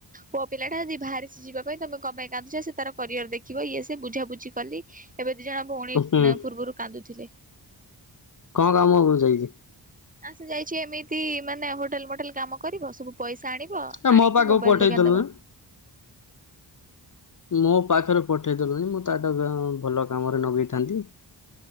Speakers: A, on the right; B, on the left.
A: ପଅ ପିଲା ଟା ଯଦି ବାହାରିଚି ଯିବା ପାଇଁ ତମେ କଁ ପାଇଁ ଗାଧୁଛା ସେ ତାର କରିଅର ଦେଖିବ ଇଏ ସିଏ ବୁଝାବୁଝି କଲି। ଏବେ ଦି ଜଣ ଭଉଣୀ
B: ହୁଁ
A: ପୂର୍ବରୁ କାନ୍ଦୁଥିଲେ।
B: କଁ କାମ କୁ ଯାଇଚି।
A: ନା ସେ ଯାଇଛି ଏମିତି ମାନେ ହୋଟେଲ ମୋଟେଲ କାମ କରିବ ସବୁ। ପଇସା ଆଣିବ
B: ଏ
A: ଆଣିକି
B: ମୋ ପାଖକୁ
A: ମୋବାଇଲ
B: ପଠେଇଦେଲୁନି।
A: ଦୋକାନ ଦବା।
B: ମୋ ପାଖରେ ପଠେଇଦେଲଣି ମୁଁ ତାଠାରୁ ଭଲ କାମରେ ନଗେଇଥାନ୍ତି।